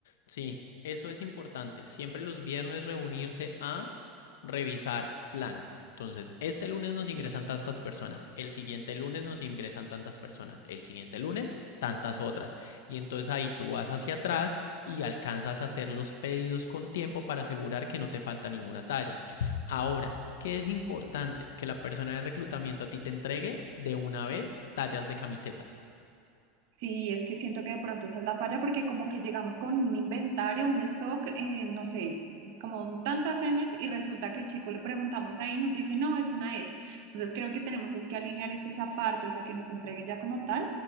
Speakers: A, on the left; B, on the right.
A: Sí, eso es importante. Siempre los viernes reunirse a revisar plan. Entonces, este lunes nos ingresan tantas personas, el siguiente lunes nos ingresan tantas personas, el siguiente lunes tantas otras. Y entonces ahí tú vas hacia atrás y alcanzas a hacer los pedidos con tiempo para asegurar que no te falta ninguna talla. Ahora, ¿qué es importante? Que la persona de reclutamiento a ti te entregue de una vez tallas de camisetas.
B: Sí, es que siento que de pronto esa es la falla porque como que llegamos con un inventario, un stock, eh, no sé, como tantas M's y resulta que el chico le preguntamos ahí y nos dice, no, es una S. Entonces creo que tenemos es que alinear es esa parte, o sea, que nos entreguen ya como tal